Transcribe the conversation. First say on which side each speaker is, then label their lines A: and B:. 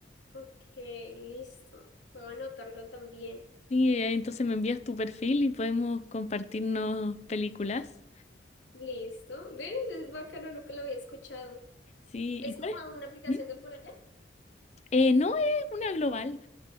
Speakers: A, on the left; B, on the left.
A: Ok, listo. Voy a anotarlo también.
B: Sí, eh, entonces me envías tu perfil y podemos compartirnos películas.
A: Listo. ¿Ves? Es bacano, nunca lo había escuchado.
B: Sí,
A: ¿Es
B: ¿y cuál
A: como
B: es?
A: una aplicación
B: ¿Mm?
A: de por allá?
B: Eh, no es una global.